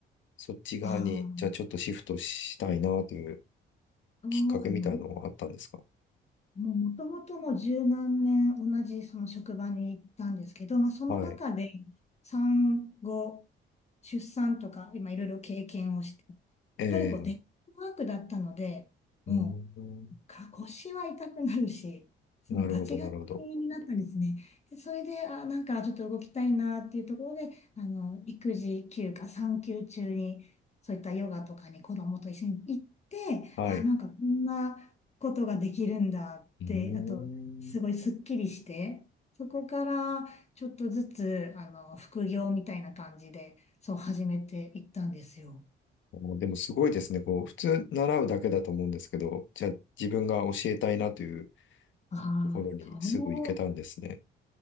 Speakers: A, on the left (about 70°); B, on the left (about 35°).
A: そっち側に、
B: あ
A: じゃあちょっとシフトしたいなという
B: あ、
A: きっかけみたいのはあったんですか
B: あの、もう元々もう十何年同じその職場に行ったんですけど、まあ、その中で
A: はい。
B: 産後、出産とか今いろいろ経験をして、
A: <clears throat>
B: やっぱりこうデスクワークだったので、
A: ええ
B: も
A: うーん。
B: うか腰は痛くなるし、
A: なるほど、
B: もうガチガチになったんですね。
A: なるほど。
B: でそれで、あ、なんかちょっと動きたいなっていうところで、あの、育児休暇、産休中に、そういったヨガとかに子供と一緒に行って、
A: はい。
B: あ、なんかこんなことができるんだって、
A: うーん。
B: あと、すごいスッキリして、そこからちょっとずつ、あの、副業みたいな感じで、そう始めていったんですよ。
A: おでもすごいですね。こう、普通習うだけだと思うんですけど、じゃあ自分が教えたいなという
B: ああー、
A: ところにすぐ行けたんですね。
B: そう